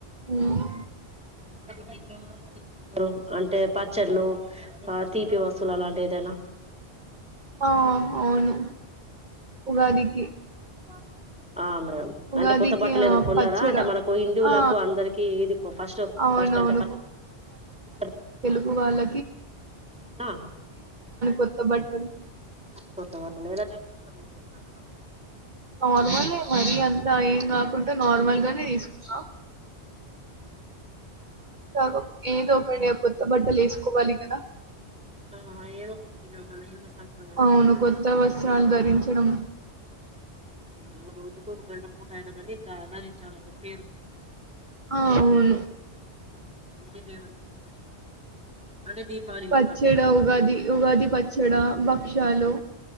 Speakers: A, on the right (about 45°); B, in the centre.
A: మ్మ్
B: తగ్గుతాయ్ రుమ్ అంటే పా చెర్లు ఆ తీపి వస్తువులు అలాంటి ఏదైనా
A: ఆ అవును ఉగాదికి
B: పా ఆ మేడం
A: ఉగాదికి
B: అంటే కొత్త బట్టలు ఎదన్న
A: ఆ,
B: కొన్నారా
A: పచ్చడ
B: అంటే మనకు హిందువులకు
A: ఆ
B: అందరికీ ఇది ఫస్ట్
A: అవునవును
B: ఫస్ట్ అంటే ఫ <unintelligible>
A: గు వాళ్ల
B: ఆ
A: కొత్త బట్టలు
B: కొత్త బట్టలేల జరుపుకుంటాం మేడం ఈ పండుగ
A: నార్మలే మరి అంత ఏం కాకుండా నార్మల్ గానే తీసుకున్న
B: మ్మ్ హ్మ్
A: కాకప్ ఏదో ఒకడి కొత్త బట్టలు వేసుకోవాలి కదా
B: ఆ ఏదో ఇంగ మళ్లీ హిందూ సాంప్రదాయం
A: అవును.
B: ప్రకారం
A: కొత్త వస్త్రాలు ధరించడం.
B: మ్మ్ <unintelligible> కోపు గంట పూటయిన కాని దధరించాలని పేరు
A: అవును
B: మంచి దేవుడు పూజ చేసాంగదండి అంటే దీపాళి లెక్క
A: పచ్చడ, ఉగాది ఉగాది పచ్చడ భక్షాలు